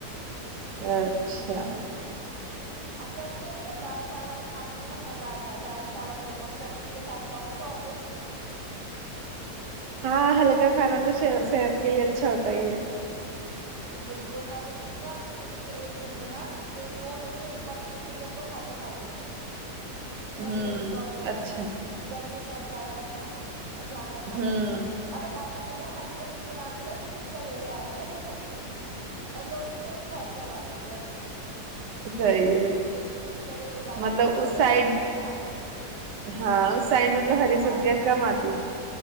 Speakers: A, on the right; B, on the right.
A: اچھا
B: اب گرمی ہے پت دال چاول کھانے میں نا مز آا ہے دال چاول ہو اور چٹنی کے ساتھ کھاؤ نا تو اور ٹیسٹی لگتے ہیں
A: ہاں ہلکا کھانا تو صحت کے لیے اچھا ہوتا ہی ہے
B: جی بالکل میں تو خود تھا اپنے جیسے ایک دن میں نا جیسے دو دن میں ایک بار تو کھچڑی ہم لوگ کھاتے ہی کھاتے ہیں تھوڑا
A: ہوں
B: پیٹ بھی نارمل رہتا
A: اچھا
B: ہے گرمی بہت زیادہ ہے نا کا دھیان رکھنا
A: ہوں
B: پڑتا ہے اور ہمارے اگر پتا ہری سبزی کے نام پہ نا صرف کریلے آتے ہیں اور لوگ کی تو تو بہت کماتتے <inaudible>
A: صحیح ہے
B: کریلے جاتدا
A: مطلب
B: آتے کہ
A: اس
B: کریلے
A: سائڈ
B: سب لوگ کھا لیتے ہیں
A: ہاں اس سائڈ
B: نہیں
A: مطلب ہری
B: ہمارے
A: سبزیاں کم آتی